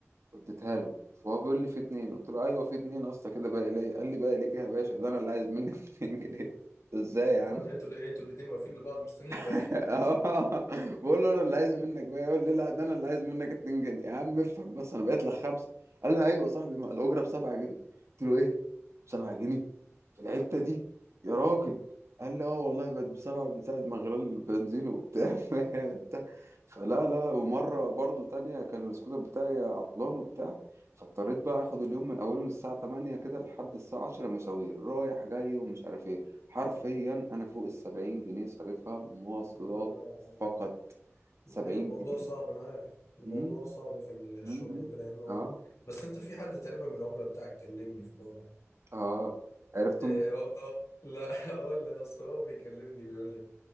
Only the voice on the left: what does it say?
اصلا
انتوا ال- انتوا الاثنين واقفين لبعض مستنيين الباقي
لا لا
ايوه الموضوع
صعب انا عارف الموضوع
صعب في
الشغل
وكده يعني انا
بس انت في حد تقريبا من العملاء بتاعك كلمني في مره
إيه
أو أو لا <laughs> اقول لك اصل هو بيكلمني بيقول لك